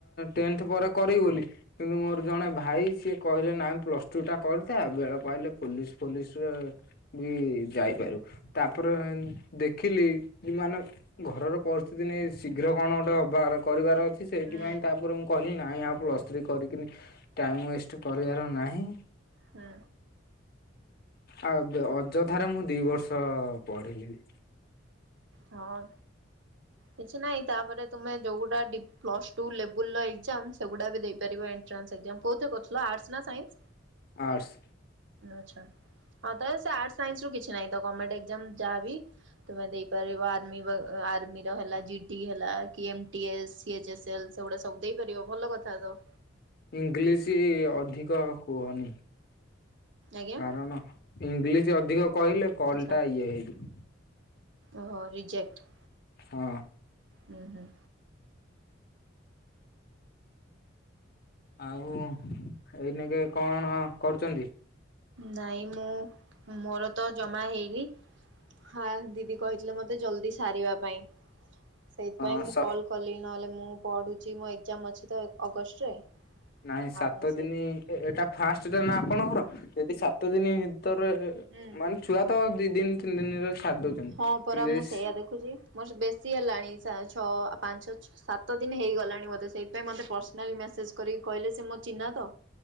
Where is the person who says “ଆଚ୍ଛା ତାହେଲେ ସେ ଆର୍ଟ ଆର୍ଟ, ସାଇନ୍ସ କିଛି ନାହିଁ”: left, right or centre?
Right